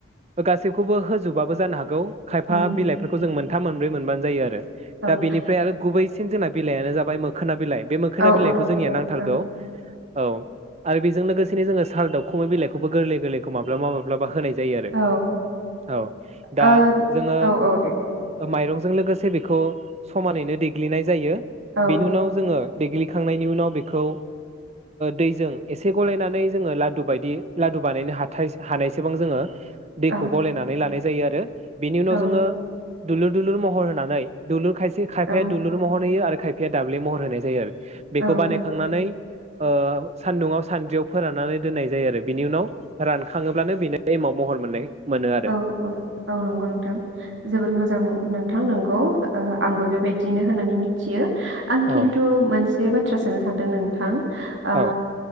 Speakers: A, on the right; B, on the right.
A: गासैखौबो होजोबाबो जानो हागौ खायफा
B: उम
A: बिलाइ खौ जों मोनथाम मोनब्रै मोनबानो जायो आरो
B: औ
A: दा बेनिफ्राय आरो गुबै बांसिन जोंना बिलाइआनो जाबाय मोखोना बिलाइ बे मोखोना
B: औ
A: बिलाइखौ
B: औ नंगौ
A: जोंनिया
B: नोंथां
A: नांथारगौ
B: औ
A: औ आरो बेजों लोगोसेनो जोङो सार दावखुमै बिलाइखौबो गोरलै गोरलैखौ माब्लाबा माब्लाबा होनाय जायो आरो
B: औ
A: औ दा
B: औ
A: जोङो
B: औ दे
A: माइरंजों लोगोसे बेखौ समानैनो देग्लिनाय जायो
B: औ
A: बेनि उनाव जोङो देग्लिखांनायनि उनाव बेखौ दैजों एसे गलायनानै जोङो लादु बायदि लादु बानायनो ह हानायसेबां जोङो
B: औ
A: दैखौ गलायनानै लानाय जायो आरो बिनि उनाव
B: औ
A: जोङो दुलुर दुलुर महर होनानै दुलुर खायसे एसे खायफाया
B: औ
A: दुलुर महर होयो आरो खायफाया दाब्लि महर होनाय जायो आरो बेखौ
B: औ
A: बानायखांनानै ओ सान्दुंआव सानद्रिआव फोराननानै दोननाय जायो आरो बिनि उनाव रानखाङोब्लानो बेनि एमाव महर मोननाय मोनो आरो
B: औ औ औ नंगौ नोंथां जोबोद मोजां मोजां नोंथां नंगौ ओ आंबो बेबायदिनो होननानै मिथियो। आं खिन्थु
A: औ
B: मोनसे बे बाथ्रा सोंनो सानदों नोंथां। आ
A: औ